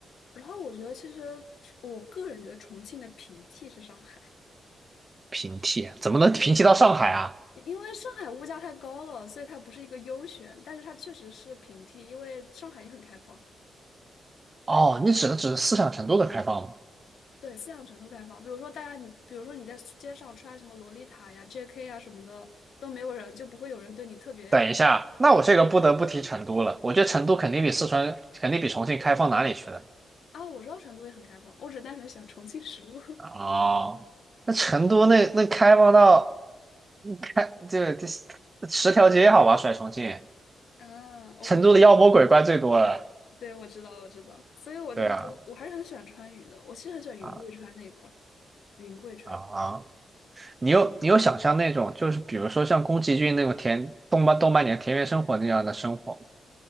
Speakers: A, on the left (about 60°); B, on the right (about 20°).
A: 然后我觉得，其实我个人觉得重庆的平替是上海，
B: 平替，怎么能平替到上海啊？
A: 因为上海物价太高了，所以它不是一个优选，但是它确实是平替，因为上海也很开放，
B: 哦，你指的只是思想程度的开放吗？
A: 对，思想程度开放。比如说大家你，比如说你在街上穿什么洛丽塔呀、JK 呀什么的，都没有人，就不会有人对你特别
B: 等一下，那我这个不得不提成都了。我觉得成都肯定比四川，肯定比重庆开放哪里去了？
A: 啊。我知道成都也很开放，我只单纯喜欢重庆食物。<laughs>
B: 哦，那成都那那开放到开这这十条街好吧，甩重庆，
A: 嗯，我我知，
B: 成都的妖魔鬼怪最多了。
A: 对，我知道，我知道，所以我就觉得我还是很喜欢川渝的，
B: 对啊，
A: 我其实很喜欢云贵川那一块儿，
B: 啊
A: 云贵川。
B: 啊啊！你有你有想象那种，就是比如说像宫崎骏那种田动漫动漫里的田园生活那样的生活吗？